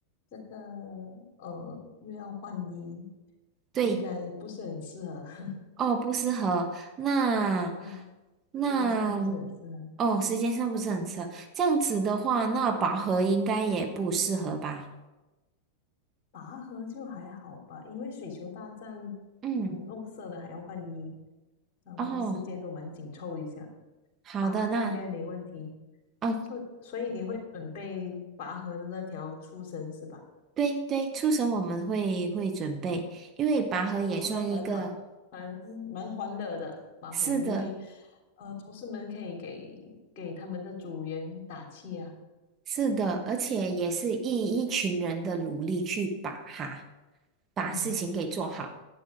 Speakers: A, on the left (about 45°); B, on the right (about 25°).
A: 这个呃，又要换衣，
B: 对，
A: 应该不是很适合。<laughs>
B: 哦，不适合。那
A: 啊，
B: 那
A: 时间上不是很适合。
B: 哦，时间上不是很适合。这样子的话，那拔河应该也不适合吧？
A: 拔河就还好吧，因为水球大战，
B: 嗯，
A: 嗯，弄色的还要换衣，啊，我们时间都蛮紧凑一下。
B: 哦，好的，
A: 拔河应该没问题，
B: 那哦，
A: 所所以你会准备拔河的那条粗绳是吧？
B: 对对，初审我们会会准备，因为拔河也算一个，
A: 拔河蛮好的蛮蛮欢乐的拔河，
B: 是的，
A: 因为呃，同事们可以给给他们的组员打气啊。
B: 是的，而且也是一一群人的努力去把哈，把事情给做好。
A: 嗯，